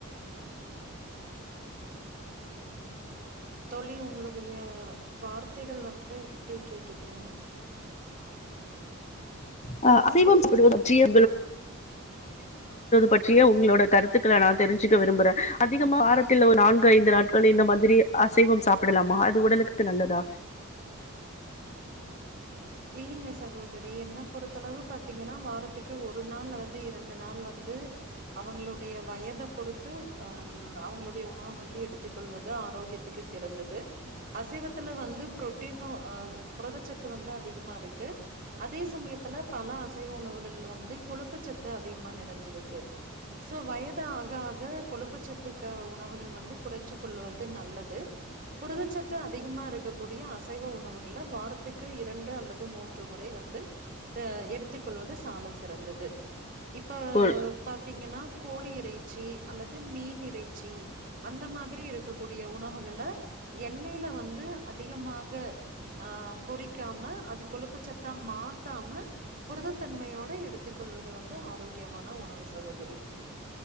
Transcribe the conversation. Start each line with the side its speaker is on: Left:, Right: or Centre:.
Right: தோளி உங்ளுடைய வார்த்தைகள் வந்து விட்டு கேக்குதுங்க
Left: <unintelligible>
Right: தொடர்ந்து பேசுங்க
Left: பிடுவது பற்றிய உங்களோட கருத்துக்கள நான் தெரிஞ்சுக்க விரும்புறேன் அதிகமா வாரத்துல ஒரு நான்கு ஐந்து நாட்கள் இந்த மாதிரி அசைவம் சாப்பிடலாமா அது உடலுக்கு நல்லதா
Right: இல்லைங்க சகோதரி என்ன பொறுத்தளவு பாத்தீங்கன்னா வாரத்துக்கு ஒரு நாள் அல்லது இரண்டு நாள் வந்து அவங்களுடைய வயதை பொறுத்து அஹ் அவங்களுடைய உணவு வந்து எடுத்துக் கொள்வது ஆரோக்கியத்துக்கு சிறந்தது அசைவத்துல வந்து புரோட்டீனஹ் புரதச்சத்து வந்து அதி <unintelligible> இருக்கு அதே சமயத்துல பல அசைவ உணவுகள் வந்து கொழுப்புச்சத்து அதிகமா நிறைஞ்சிருக்கு சோ வயது ஆக ஆக கொழுப்புச்சத்து க உணவுகள் வந்து குறைச்சு கொள்வது நல்லது புருதுச்சத்து அதிகமா இருக்கக்கூடிய அசைவ உணவுகள்ல வாரத்துக்கு இரண்டு அல் தூ மூன்று முறை வந்து ஹ எடுத்க் கொள்வது சால சிறந்தது இப்போ
Left: ஒரு
Right: பாத்தீங்கன்னா கோழி இறைச்சி அல்லது மீன் இறைச்சி அந்த மாதிரி இருக்கக்கூடிய உணவுகள எண்ணெய்யில வந்து அதிகமாக ஆஹ் பொறிக்காம அது கொழுப்பு சத்தா மாத்தாம புருதத்தன்மையோட எடுத்துக் கொள்வது வந்து ஆரோக்கியமான உணவு சகோதரி